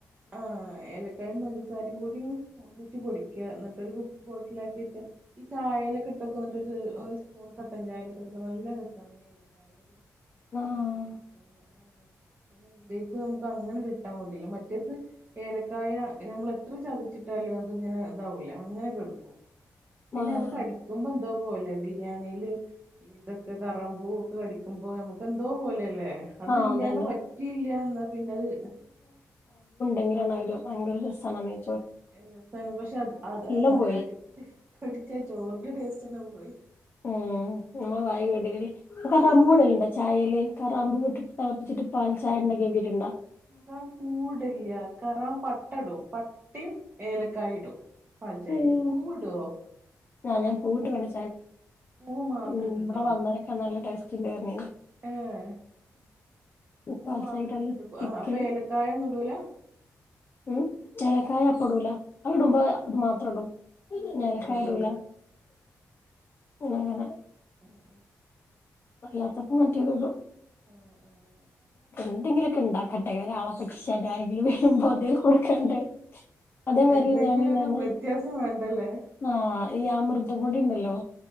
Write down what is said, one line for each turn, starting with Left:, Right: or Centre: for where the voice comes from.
Right: ആഹ് ഏലക്കായും പഞ്ചസാരയും കൂടി ഒന്നിച്ച് പൊടിക്കുക എന്നിട്ടൊരു ബോട്ടിൽ ആക്കി വെച്ചാ ഈ ചായയിലൊക്കെ ഇട്ട് വെക്കുന്ന കൂട്ട് ഒര് ഒരു സ്പൂൺ കട്ടൻ ചായേലൊക്കെ ഇട്ട് ക്ക് നല്ല രസമാണ് ഈ ഏലക്കായ കിട്ടുമ്പോ
Left: ആഹ്
Right: നല്ലത് പിന്നെ എന്തേക്കും നമുക്ക് അങ്ങനെ ഒര് ഇട്ടാ മതീല്ലോ മറ്റേ മറ്റേത് ഏലക്കായ നമ്മൾ എത്ര ചതച്ചിട്ടാലും അത് ഇങ്ങനെ ഇതാവൂല അങ്ങനെ കെടുക്കും പിന്നെ
Left: ആഹ്
Right: അത് കടിക്കുമ്പം എന്തോ പോലെ ബിരിയാണിയില് ഇതൊക്കെ കറാമ്പൂവ് ഒക്കെ കടിക്കുമ്പോ നമുക്ക് എന്തോ പോലെയല്ലേ അത്
Left: ആഹ്
Right: ഇല്ലാണ്ട്
Left: അതന്നെ
Right: പറ്റിയില്ല എന്നാ പിന്നത്
Left: എങ്ങനെ എന്ന് ആയാലും ഭയങ്കര രസാണ് ആ മീൻ
Right: രസാണ് പക്ഷെ അത് അത്
Left: എല്ലാം പോയി
Right: കടി കടിച്ചാ ചോറിന്റെ ടേസ്റ്റ് തന്നെ പോയി
Left: ഉം നമ്മ വായ <unintelligible> ചായേല് കറാമ്പ് കൂട്ടിട്ട് തിളപ്പിച്ചിട്ട് പാൽ ചായ ഉണ്ടാക്കി നോക്കീട്ടുണ്ടോ
Right: കറാം പൂടില്ല കറാം പട്ട ഇടും പട്ടയും ഏലക്കായും ഇടും പഞ്ചായല്
Left: ഉം
Right: പൂവിടുവോ
Left: ആ ഞാൻ പൂവിട്ട് വേണം
Right: പൂവ് മാത്രം
Left: ഉം
Right: ഇട്ടിട്ടോ
Left: ഇവിടെ വന്നവരൊക്കെ നല്ല ടേസ്റ്റ്ണ്ട് പറഞ്ഞ്
Right: ഏഹ് പൂ
Left: പാൽച്ചായക്ക്
Right: മാത്രം
Left: നല്ല
Right: ഇട്ട്
Left: തിക്കില്
Right: ആഹ് അപ്പൊ ഏലക്കായൊന്നും ഇടൂലാ
Left: ഉം ഏലക്കായ അപ്പം ഇടൂല അതിടുമ്പോ അത് മാ ത്രം ഇടും
Right: പൂവ് മാത്രം
Left: ഏലക്കായ
Right: ഇടൂലേ
Left: ഇടൂല എങ്ങനെ
Right: ആഹ്
Left: അല്ലാത്തപ്പം മറ്റേതും ഇടും
Right: ആഹ്
Left: എന്തെങ്കില് ഉണ്ടാക്കട്ടെ ഒരാളെ <unintelligible> ആരെങ്കിലും വേണുമ്പോ അന്തേും കൊടുക്കണ്ടെ അതേമാതിരി
Right: എന്തെങ്കിലും
Left: ഞാൻ എന്താണ്
Right: ഒരു വ്യത്യാസം വേണ്ടല്ലേ
Left: ആഹ് ഈ അമൃതംപൊടി ഉണ്ടല്ലോ